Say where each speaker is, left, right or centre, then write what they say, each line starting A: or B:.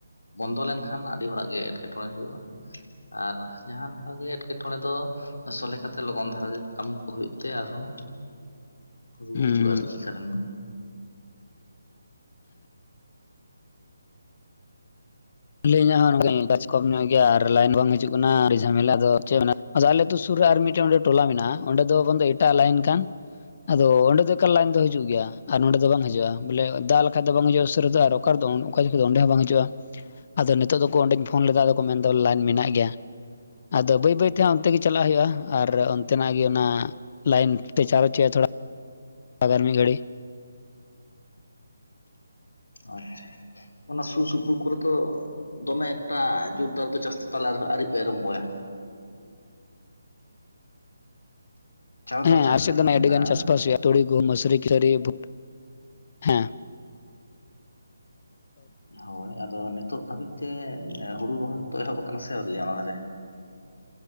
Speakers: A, on the left; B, on the left.
A: ᱵᱚᱱᱫᱚ ᱞᱮᱱᱠᱷᱟᱱ ᱟᱹᱰᱤ ᱦᱚᱲᱟᱜ ᱜᱮ ᱮᱸᱴᱠᱮᱴᱚᱬᱮ ᱦᱩᱭᱩᱜᱼᱟ ᱟᱨ ᱡᱟᱦᱟᱸ ᱞᱮᱠᱟ ᱜᱮ ᱮᱸᱴᱠᱮᱴᱚᱬᱮ ᱫᱚ ᱥᱚᱞᱮ ᱠᱟᱛᱮ ᱞᱚᱜᱚᱱ ᱫᱷᱟᱨᱟ ᱜᱮ ᱠᱟᱹᱢᱤ ᱠᱚ ᱦᱩᱭᱩᱜ ᱛᱮ ᱟᱨᱦᱚᱸ ᱨᱩᱣᱟᱹᱲ
B: ᱦᱩᱸ
A: ᱦᱤᱡᱩᱜᱼᱟ ᱟᱨᱠᱤ ᱠᱟᱨᱮᱱ
B: ᱞᱟᱹᱭ ᱤᱧᱚᱜ ᱦᱚᱸ ᱱᱚᱝᱠᱟ ᱜᱮ ᱪᱟᱪ ᱠᱚᱢ ᱧᱚᱜ ᱜᱮᱭᱟ ᱟᱨ ᱞᱟᱭᱤᱱ ᱵᱟᱝ ᱦᱤᱡᱩᱜ ᱠᱟᱱᱟ ᱟᱹᱰᱤ ᱡᱷᱟᱢᱮᱞᱟ ᱫᱚ ᱪᱮ ᱢᱮᱱᱟ ᱟᱫᱚ ᱟᱞᱮ ᱟᱹᱛᱩ ᱥᱩᱨ ᱨᱮ ᱟᱨ ᱢᱤᱫᱴᱟᱝ ᱚᱸᱰᱮ ᱴᱚᱞᱟ ᱢᱮᱱᱟᱜᱼᱟ ᱚᱸᱰᱮ ᱫᱚ ᱮᱴᱟᱜ ᱞᱟᱭᱤᱱ ᱠᱟᱱ ᱟᱫᱚ ᱚᱸᱰᱮ ᱫᱚ ᱮᱠᱟᱞ ᱞᱟᱭᱤᱱ ᱫᱚ ᱦᱤᱡᱩᱜ ᱜᱮᱭᱟ ᱟᱨ ᱱᱚᱸᱰᱮ ᱫᱚ ᱵᱟᱝ ᱦᱤᱡᱩᱜᱼᱟ ᱵᱚᱞᱮ ᱫᱟᱜ ᱞᱮᱠᱷᱟᱡ ᱫᱚ ᱵᱟᱝ ᱦᱤᱡᱩᱜᱼᱟ ᱩᱥᱟᱹᱨᱟ ᱠᱟᱨ ᱫᱚ ᱚᱠᱟ ᱡᱚᱠᱷᱟᱹ ᱫᱚ ᱚᱸᱰᱮ ᱦᱚᱸ ᱵᱟᱝ ᱦᱤᱡᱩᱜᱼᱟ ᱟᱫᱚ ᱱᱤᱛᱚᱜ ᱫᱚᱠᱚ ᱚᱸᱰᱮᱧ ᱯᱷᱳᱱ ᱞᱮᱫᱟ ᱟᱫᱚ ᱠᱚ ᱢᱮᱱᱫᱟ ᱞᱟᱭᱤᱱ ᱢᱮᱱᱟᱜ ᱜᱮᱭᱟ ᱟᱫᱚ ᱵᱟᱹᱭ ᱵᱟᱹᱭ ᱛᱮ ᱚᱱᱛᱮ ᱜᱮ ᱪᱟᱞᱟᱜ ᱦᱩᱭᱩᱜᱼᱟ ᱟᱨ ᱚᱱᱛᱮᱱᱟᱜ ᱜᱮ ᱚᱱᱟ ᱞᱟᱭᱤᱱ ᱛᱮ ᱪᱟᱨᱚᱪ ᱦᱳᱭᱳᱜᱼᱟ ᱛᱷᱚᱲᱟ ᱟᱜᱟᱨ ᱢᱤ ᱜᱟᱹᱲᱤ
A: ᱟᱪᱪᱷᱟ ᱚᱱᱟ ᱥᱩᱨ ᱥᱩᱯᱩᱨ ᱠᱚᱨᱮ ᱫᱚ ᱫᱚᱢᱮ ᱮᱠᱴᱟ ᱡᱳᱨᱫᱟᱨ ᱫᱚ ᱪᱟᱥ ᱛᱚᱞᱟ ᱟᱹᱣᱨᱤᱯᱮ ᱟᱨᱚᱢᱵᱚᱭᱟ ᱪᱟᱥᱵᱟᱥ
B: ᱦᱮᱸ
A: ᱫᱷᱟᱨᱮ
B: ᱟᱨᱮ
A: ᱛᱮᱞᱤᱧ
B: ᱥᱮᱫ ᱫᱚ
A: ᱢᱮᱱᱫᱟ
B: ᱟᱹᱰᱤ ᱜᱟᱱ ᱪᱟᱥᱵᱟᱥ ᱦᱩᱭᱩᱜᱼᱟ ᱛᱩᱲᱤ ᱜᱳ ᱢᱚᱥᱩᱨᱤ ᱠᱮᱥᱟᱹᱨᱤ ᱵᱷᱩᱴ ᱦᱮᱸ
A: ᱦᱚᱭ ᱟᱫᱚ ᱱᱤᱛᱚᱜ ᱫᱷᱟᱹᱵᱤᱡ ᱛᱮ ᱦᱩᱲᱩ ᱨᱚᱦᱚᱭ ᱠᱚᱫᱚ ᱮᱦᱚᱵ ᱟᱠᱟᱱᱟ ᱥᱮ ᱟᱹᱣᱨᱤᱭᱟ ᱚᱱᱟ ᱫᱷᱟᱨᱮ